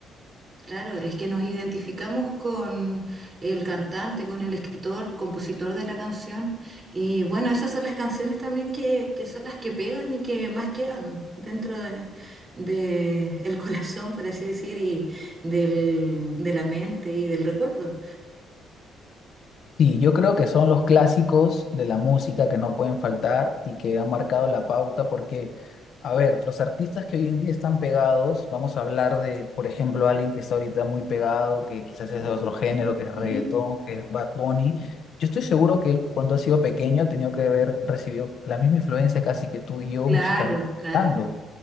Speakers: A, on the right; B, on the left.
A: Claro, es que nos identificamos con el cantante, con el escritor, compositor de la canción. Y bueno, esas son las canciones también que, que son las que pegan y que más quedan dentro de, de el corazón, por así decir, y del, de la mente y del recuerdo.
B: Sí, yo creo que son los clásicos de la música que no pueden faltar y que han marcado la pauta porque, a ver, los artistas que hoy en día están pegados, vamos a hablar de, por ejemplo, alguien que está ahorita muy pegado, que quizás es de otro género, que es reggaetón,
A: Ujú.
B: que es Bad Bunny. Yo estoy seguro que él, cuando ha sido pequeño, ha tenido que haber recibido la misma influencia casi que tú y yo
A: Claro,
B: musicalmente
A: claro,
B: hablando.